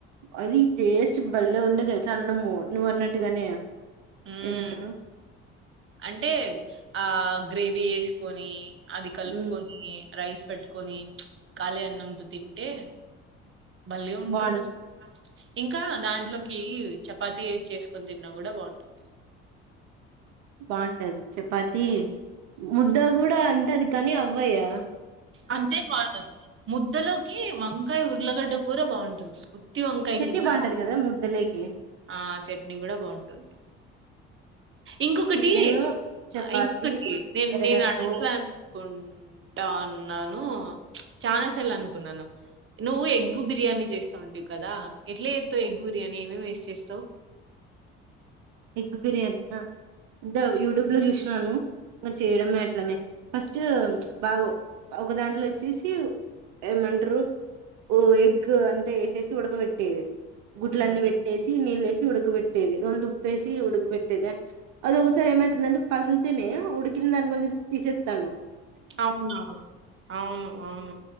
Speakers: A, on the right (about 70°); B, on the right (about 40°).
A: అది టేస్ట్ బలే ఉన్నది తెలుస అన్నము నువ్వు అన్నట్టుగానే
B: హ్మ్.
A: ఏమంటారు
B: అంటే ఆ గ్రేవీ వేసుకొని అది కలుపుకొని
A: ఉమ్
B: రైస్ పెట్టుకొని ఖాళీ అన్నంతో తింటే భలే ఉంటుంది
A: బాగుం
B: అసలు ఇంకా దాంట్లోకి చపాతి చేసుకొని తిన్నా కూడా బాగుంటుంది
A: బాగుంటది చపాతి ముద్ద కూడా అంటది కానీ అవ్వయా
B: అంతే కాదు ముద్దలోకి వంకాయ ఉర్లగడ్డ కూర బాగుంటది ఉత్తి వంకాయ
A: చట్నీ
B: కింద
A: బాగుంటది కదా ముద్దలేకి
B: ఆ చట్నీ కూడా బాగుంటుంది ఇంకొకటి
A: చికెన్ చపాతి
B: ఇంకోటి నే
A: ఎర్రగడ్లు
B: నేను అడగుదామను కుంటానా అన్నాను చాలా సార్లు అనుకున్నాను నువ్వు ఎగ్గు బిర్యానీ చేస్తా ఉంటావు కదా ఎట్లే చేస్తవు ఎగ్గు బిర్యానీ ఏమేమి వేసి చేస్తావు
A: ఎగ్ బిర్యానీ అంత యూట్యూబ్ లో చూసినాను ఇంకా చేయడమే అట్లనే ఫస్ట్ బాగా ఒక దాంట్లో వచ్చేసి ఏమంటారు ఓ ఎగ్ అంతా వేసేసి ఉడకబెట్టే గుడ్లన్నీ
B: హ్మ్.
A: పెట్టేసి నీళ్ళేసి ఉడకబె టెది ప్పేసి ఉడుకి పెట్టేద అద ఒకసారి ఏమవుతుందంటె పగిలితే ఉడుకిందనుకుని తీసేత్తాన
B: అవునవును అవును అవును